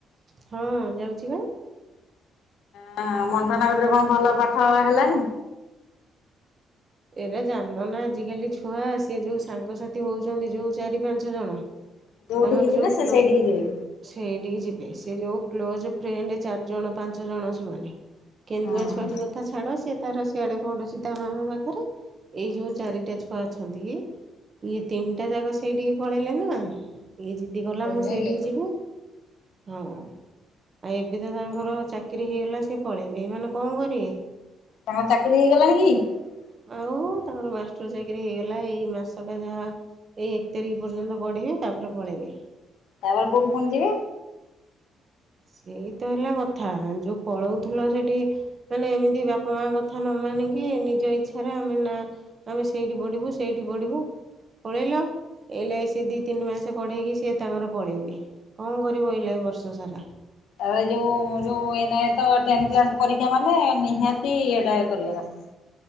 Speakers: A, on the right; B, on the left.
A: ହଁ ଯାଉଛି ବା।
B: ହ ମଣ୍ଟନଗରରେ କଣ ଭଲ ପାଠ ହେଲାଣି?
A: ଏଇରା ଜାଣ ନା ଆଜିକାଲି ଛୁଆ ସେ ଯୋଉ ସାଙ୍ଗସାଥି ହଉଛନ୍ତି ଯୋଉ ଚାରି ପାଞ୍ଚ ଜଣ
B: <inaudible>
A: ତାଙ୍କର
B: ଯିବେ
A: ଯଉ
B: ସେ
A: କ୍ଲୋ
B: ସେଇଠିକି ଯିବେ
A: ସେଇଠିକି ଯିବେ ସେ ଯୋଉ କ୍ଲୋଜ ଫ୍ରେଣ୍ଡ ଚାରିଜଣ ପାଞ୍ଚ ଜଣ ସେମାନେ କେନ୍ଦୁଆ
B: ହଁ
A: ଛୁଆଟି କଥା ଛାଡ଼ ସିଏ ତାର ସିଆଡ଼େ ପଢୁଛି ତା ମାମା ପା ଖରେ ଏଇ ଯୋଉଁ ଚାରିଟା ଛୁଆ ଅଛନ୍ତି। ଇଏ ତିନିଟା ଯାକ ସେଇଠିକି ପଳେଇଲେ ନା ଇଏ ଯିଦି ଗଲା
B: ସେଇଥିପାଇଁ
A: ମୁଁ ସେଇଠିକି
B: ଇଏ କର
A: ଯିବୁ ହଁ। ଆଉ ଏବେ ତ ତାଙ୍କର ଚାକିରି ହେଇଗଲା ସିଏ ପଳେଇବେ ଏମାନେ କଣ କରିବେ?
B: ତାଙ୍କର ଚାକିରି ହେଇଗଲାଣି କି? <inaudible>
A: ଆଉ ତାଙ୍କର ମାଷ୍ଟର ଚାକିରି ହେଇଗଲା ଏଇ ମାସଟା ଯାହା ଏଇ ଏକ ତାରିଖ ପର୍ଯ୍ୟନ୍ତ ପଢ଼ିବେ ତାପରେ ପଳେଇବେ।
B: ତାପରେ କୋଉଠି ପୁଣି ଯିବେ?
A: ସେଇ ତ ହେଲା କଥା ଯୋଉ ପଳଉଥିଲ ସେଠି ମାନେ ଏମିତି ବାପା ମା କଥା ନ ମାନିକି ନିଜ ଇଚ୍ଛାରେ ଆମେ ନା ଆମେ ସେଇଠି ପଢ଼ିବୁ ସେଇଠି ପଢ଼ିବୁ। ପଳେଇଲ ହେଲେ ସେ ଦି ତିନି ମାସ ପଢେଇକି ସିଏ ତାଙ୍କର ପଳେଇବେ। କଣ କରିବ ଏଇଲେ ଏ ବର୍ଷ ସାରା?
B: ତା ଯୋଉ ଯୋଉ ଏ ନଁ ତ ଟେନ୍ ପରୀକ୍ଷା ମାନେ ନିହାତି ଏଟା କରିବା କଥା।